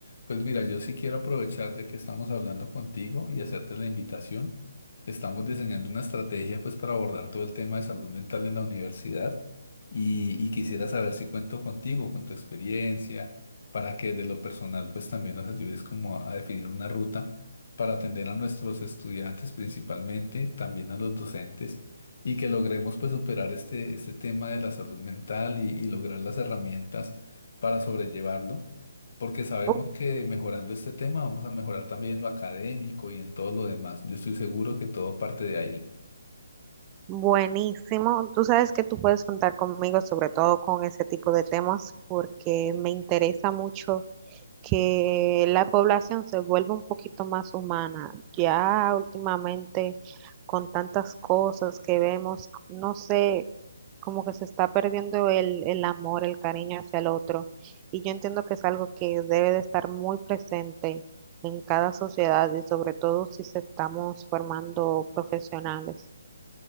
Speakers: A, on the left; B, on the right.
A: Pues mira, yo sí quiero aprovechar ya que estamos hablando contigo y hacerte la invitación. Estamos diseñando una estrategia pues para abordar todo el tema de salud mental en la universidad y, y quisiera saber si cuento contigo, con tu experiencia, para que de lo personal pues también nos ayudes como a, a definir una ruta para atender a nuestros estudiantes principalmente, también a los docentes y que logremos pues superar este, este tema de la salud mental y y lograr las herramientas para sobrellevarlo, porque sabemos
B: Uh,
A: que mejorando este tema vamos a mejorar también lo académico y en todo lo demás. Yo estoy seguro que todo parte de ahí.
B: buenísimo. Tú sabes que tú puedes contar conmigo, sobre todo con ese tipo de temas, porque me interesa mucho que la población se vuelva un poquito más humana. Ya últimamente, con tantas cosas que vemos, no sé, como que se está perdiendo el, el amor, el cariño hacia el otro. Y yo entiendo que es algo que debe de estar muy presente en cada sociedad y sobre todo si se estamos formando profesionales.